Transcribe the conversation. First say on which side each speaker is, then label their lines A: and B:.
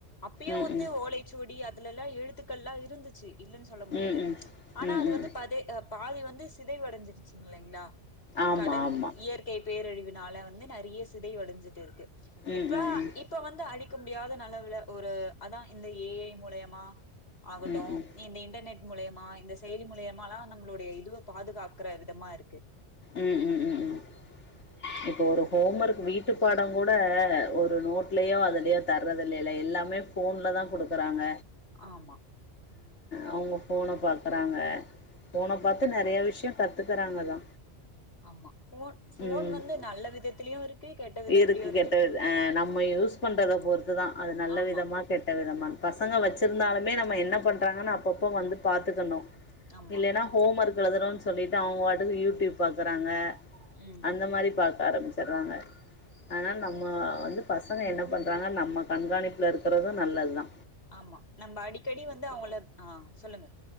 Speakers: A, on the left; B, on the left.
A: அப்பயே
B: ம்
A: ஒந்து
B: ம்
A: ஓலைச்சுவடி அத் துலெல்லா எழுத்துக்கள்லா இருந்துச்சு இல்லன்னு சொல்ல முடியாது
B: ம் ம்
A: ச் ஆனா
B: ம்
A: அது வந்து
B: ம்
A: பதே அ ப பாதி வந்து சிதைவடஞ்சிருச்சிங் கில்லேங்ளா
B: ஆமா
A: கடல்
B: ஆமா
A: இயற்கை பேரழிவு னால வந்து நெறைய சிதை வடஞ்சிட்டே இருக்கு இப்ப
B: ம் ம் ம்
A: இப்ப வந்து அடி க்க முடியாத நலவுல ஒரு அதா இந்த ஏ ஐ மூலயமா ஆகட்டு
B: ம் ம்
A: நீ இந்த இன்டர்நெட் மூலயமா இந்த செயலி மூலயமாலா நம்மளுடைய இதுவ பாதுகாக்கற விதமா இருக்கு
B: உம் உம் உம் உம் இப்போ ஒரு ஹோம் ஒர்க் வீட்டு பாடம் கூட ஒரு நோட்லயோ அதுலயோ தர்து இல்லையே எல்லாமே ஃபோன்ல தா கொடுக்குறாங்க
A: ஆமா
B: அவங்க ஃபோன பாக்குறாங்க ஃபோன பாத்து நறைய விஷயோ கத்துக்குறாங்கதா
A: ஆமா ஃபோன் ஃபோன்
B: உம்
A: வந்து நல்ல விதத்திலயு இருக்கு கெட்ட விதத்திலயு
B: இருக்கு கெட்ட வித ஆஹ் நம்ம யூஸ் பண்றத பொறுத்துதான் அது நல்ல
A: ஆமா
B: விதமா கெட்ட விதமா பசங்க வச்சிருந்தாலுமே நம்ம என்ன பண்றாங்கன்னு அப்பப்ப வந்து பாத்துக்கணு
A: ஆமா
B: இல்லன்னா ஹோம் ஒர்க் எழுதுறோ சொல்லிட்டு அவங்க பாட்டுக்கு யூடியூப் பாக்குறாங்க
A: ம்
B: அந்த மாரி பாக் ஆரம்பிச்சிடுறாங்க அதனால நம்ம வந்து பசங்க என்ன பண்ணுறாங்க நம்ம கண்காணிப்பில இருக்கிறது நல்லது தா
A: ஆமா நம்ம அடிக்கடி வந்து அவங்கள ஆஹ் சொல்லுங்க